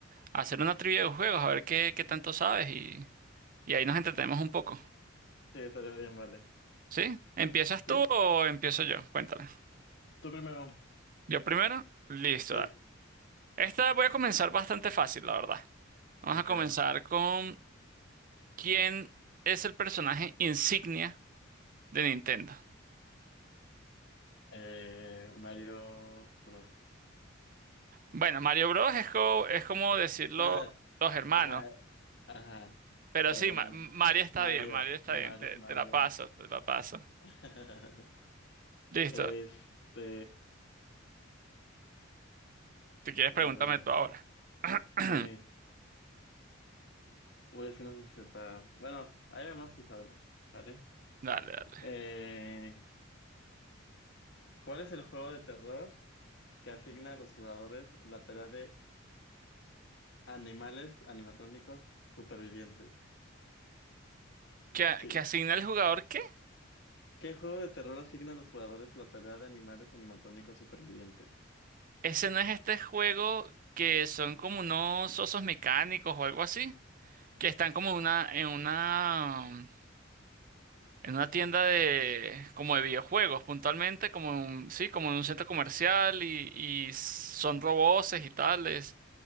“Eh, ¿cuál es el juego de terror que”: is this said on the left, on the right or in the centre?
Left